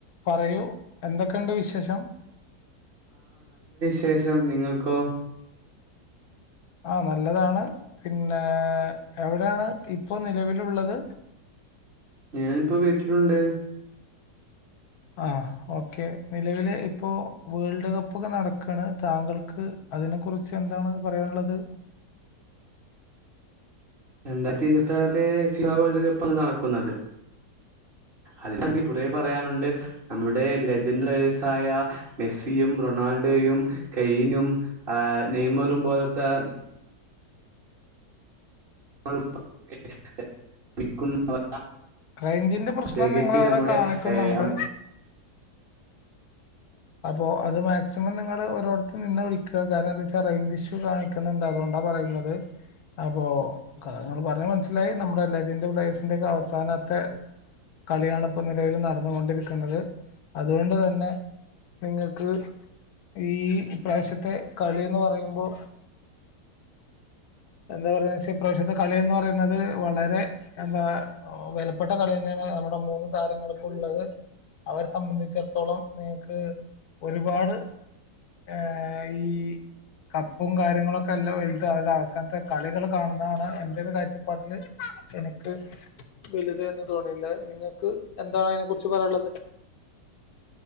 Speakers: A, on the left; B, on the right.
A: പറയൂ എന്തൊക്കെയണ്ട് വിശേഷം
B: ശേഷം നിങ്ങൾക്കോ
A: ആ നല്ലതാണ് പിന്നെ എവിടെയാണ് ഇപ്പൊ നിലവിലുള്ളത്
B: ഞാനിപ്പോ വീട്ടിലുണ്ട്
A: ആ ഓക്കെ നിലവില് ഇപ്പോ വേൾഡ് കപ്പ് ഒക്കെ നടക്കാണ് താങ്കൾക്ക് അ അതിനെ കുറിച്ച് എന്താണ് പറയാനുള്ളത്
B: രണ്ടായിരത്തി ഇരുപത്തി ആറിലെ ഫിഫ വേൾഡ് കപ്പല്ല നടക്കുന്നത് അതിനങ്കിൽ കുറേ പറയാനുണ്ട് നമ്മുടെ ലെജൻറ്ഴ്സ ആയ മെസ്സി യും റൊണാൾഡോയും കൈനും ആ നെയ്മറും പോലത്തെ <unintelligible>
A: റേഞ്ചിന്റെ പ്രശ്നം
B: പ്രത്യേകിച്ച്
A: നിങ്ങള അവിടെ
B: നമ്മുടെ
A: കാണിക്കുന്നുണ്ട്
B: ഏഹ്
A: അപ്പൊ അത് മാക്സിമം നിങ്ങൾ <unintelligible> നിന്ന് വിളിക്കുക കാരണം എന്താ വെച്ചാ റേഞ്ച് ഇഷ്യൂ കാണിക്കുന്നുണ്ട് അതുകൊണ്ടാ പറയുന്നത് അപ്പൊക്കങ്ങള് പറഞ്ഞഞ് മനസ്സിലായി നമ്മുടെ ലജൻ്റ് പ്ലേ്സിന്റെ ഒക്കെ അവസാനത്തെ കളിയണിപ്പ നിലവിൽ നടന്നുകൊണ്ടിരിക്കുന്നത് അതുകൊണ്ട് തന്നെ നിങ്ങൾക്ക് ഈ പ്രാവശ്യത്തെ കളിന്ന് പറയുമ്പോ എന്താ പറയെ ഇപ്രാവശ്യത്തെ കളിന്ന് പറയുന്നത് വളരെ എന്താ വിലപ്പെട്ട കളി തന്നെയാണ് നമ്മുടെ മൂന്ന് താരങ്ങൾക്കുള്ളത് അവരെ സംബന്ധിച്ചിടത്തോളം നിങ്ങക്ക് ഒരുപാട് ഏ ഈ കപ്പും കാര്യങ്ങളൊക്കെ എല്ലാം വലുത അവരുടെ അവസ്ഥ ങ്ങനത്തെ കളികൾ കാണുന്നതാണ് എന്റെ ഒരു കാഴ്ചപ്പാട്ടില് എനിക്ക് വലുത് എന്ന് തോന്നിയില്ല നിങ്ങക്ക് എന്താണ് അതിനെ കുറിച്ച് പറയാനുള്ളത് <inaudible>